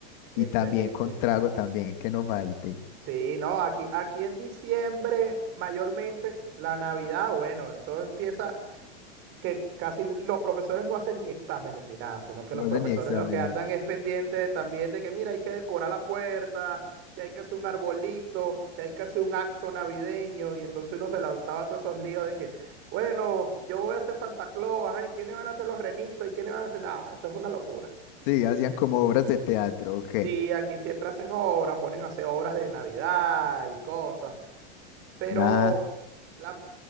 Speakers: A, on the right; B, on the left.
A: excelente.
B: Y también con trago también, que no falte.
A: Sí, no, aquí, aquí en diciembre, mayormente la Navidad, bueno, eso empieza que casi n- los profesores no hacen ni exámenes ni nada, sino que los
B: No
A: profesores
B: sé ni exámenes.
A: lo que andan es pendiente también de que, mira, hay que decorar la puerta, que hay que hacer un arbolito, que hay que hacer un acto navideño, y entonces uno se lanzaba a todos esos líos de que... Bueno, yo voy a hacer Santa Claus, ajá, ¿y quiénes van a hacer los renitos? ¿Y quiénes van a hacer nada? Eso es una locura.
B: Sí, hacían como obras de teatro, ok.
A: Sí, aquí siempre hacen obras, ponen a hacer obras de Navidad y cosas, pero
B: Ah,
A: la,